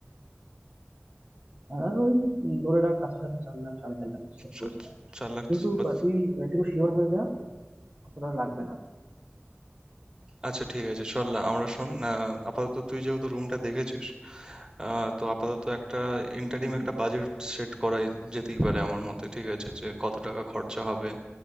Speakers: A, on the right; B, on the right.
A: হ্যাঁ ওই ধরে রাখ কাছাকাছি চার লাখ সাড়ে চার লাখ সেট
B: চার
A: করেছিলাম
B: চার লাখ
A: কিন্তু
B: বা-
A: আহ, তুই এটুকু শিওর হয়ে যা কতটা লাগবে না
B: আচ্ছা ঠিক আছে চল না আমরা শোন আহ, আপাতত তুই যেহেতু রুমটা দেখেছিস আহ, তো আপাতত একটা ইন্টারিম
A: হুম হুম
B: একটা বাজেট সেট করা যেতেই পারে আমার মতে ঠিক আছে যে কত টাকা খরচা হবে